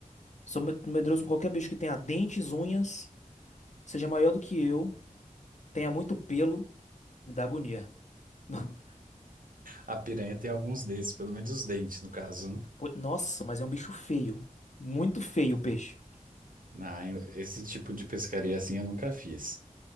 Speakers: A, on the left; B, on the right.
A: Sou me- medroso com qualquer bicho que tenha dentes, unhas, seja maior do que eu, tenha muito pelo, me dá agonia. <laughs> No-
B: a piranha tem alguns desses, pelo menos os dentes, no caso, né?
A: Nossa, mas é um bicho feio. Muito feio o peixe.
B: Não, esse tipo de pescaria assim eu nunca fiz.